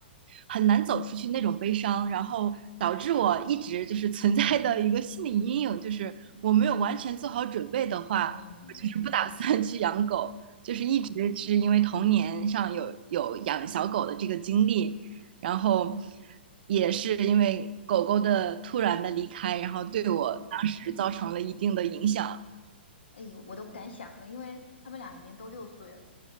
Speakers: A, on the right; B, on the left.
A: 很难走出去那种悲伤，然后导致我一直就是存在的一个心理阴影，就是我没有完全做好准备的话，
B: 嗯
A: 我就是不打算去养狗，就是一直是因为童年上有有养小狗的这个经历，然后也是因为狗狗的突然的离开，然后对我当时造成了一定的影响。
B: 嗯。哎呦，我都不敢想啊，因为他们俩已经都六岁了，